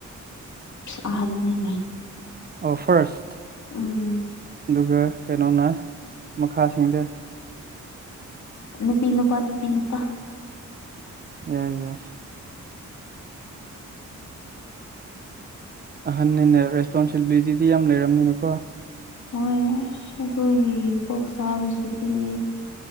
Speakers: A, on the left; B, on the right.
A: ꯁꯍꯅꯦꯅꯦ
B: ꯑꯣ ꯐꯥꯔꯁꯠ
A: ꯎꯝ
B: ꯑꯗꯨꯒ ꯀꯩꯅꯣꯅ ꯃꯈꯥꯁꯤꯡꯗ
A: ꯅꯨꯄꯤ ꯅꯨꯄꯥ ꯅꯨꯄꯤ ꯅꯨꯄꯥ
B: ꯑꯣ ꯌꯥꯏ ꯑꯍꯟꯅꯤꯅꯦ ꯔꯦꯁꯄꯣꯟꯁꯤꯕꯤꯂꯤꯇꯤꯗꯤ ꯌꯥꯝ ꯂꯩꯔꯝꯅꯤꯅꯀꯣ
A: ꯍꯣꯏ ꯑꯁ ꯑꯗꯨꯒꯤ ꯀꯣꯛ ꯁꯥꯕꯁꯤꯗꯤ